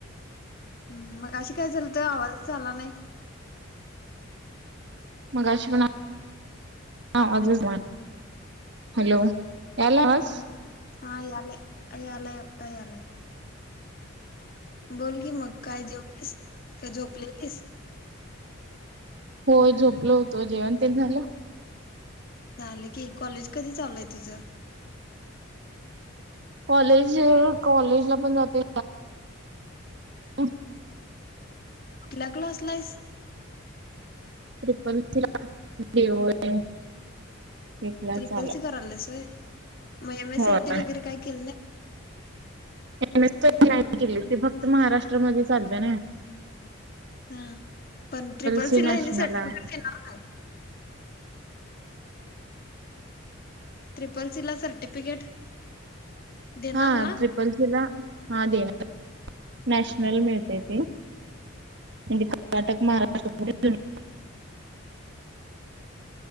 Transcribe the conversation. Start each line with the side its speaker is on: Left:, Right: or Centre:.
Left: हम्. मगाशी काय झालतं. आवाजच आला नाही.
Right: मगाशी पण आवाजच नाही. हॅलो. याला आवाज.
Left: होय हा, यालाय. यालाय, आता यालाय. बोल की मग. काय जेवलीस? का झोपलेलीस?
Right: होय. झोपलो होतो. जेवण ते न झालं.
Left: झालं की. कॉलेज कधी चालूय, तुझं?
Right: कॉलेज, कॉलेजला पण जाते <unintelligible>
Left: कुठल्या, क्लासलायस?
Right: <unintelligible> एक क्लास
Left: त्रिपल
Right: आलाय.
Left: सी करायलास होय. मग M S
Right: होय.
Left: C I T वगैरे काय केलं नाही.
Right: <unintelligible> नाही केली. ती फक्त महाराष्ट्रामध्ये चालते ना.
Left: ह. पण ट्रिपल
Right: सी
Left: सीला
Right: नॅशनल
Left: ह्यांनी, सर्टिफिकेट
Right: आहे
Left: देणार काय? ट्रिपल सीला सर्टिफिकेट देणार
Right: हा
Left: ना
Right: ट्रिपल सीला, हा देणार. नॅशनल मिळतय ते. म्हणजे कर्नाटक, महाराष्ट्र <unintelligible>